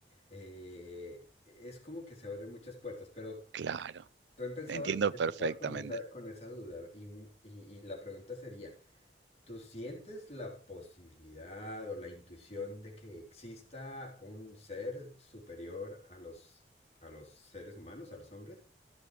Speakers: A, on the left (about 40°); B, on the right (about 85°).
A: eh, es como que se abren muchas puertas, pero
B: claro,
A: tú empezabas,
B: entiendo
A: empezabas
B: perfectamente.
A: con esa, con esa duda y y- y la pregunta sería... ¿Tú sientes la posibilidad o la intuición de que exista un ser superior a los, a los seres humanos, a los hombres?